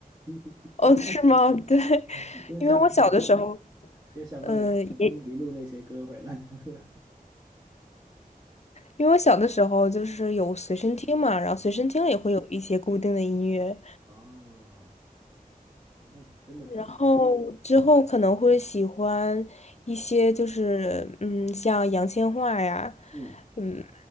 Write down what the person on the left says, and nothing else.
哦，是吗？<laughs> 对，
因为我小的时候。
呃，也
因为我小的时候就是有随身听嘛，然后随身听里会有一些固定的音乐，
然后之后可能会喜欢一些就是嗯，像杨千嬅呀，
嗯，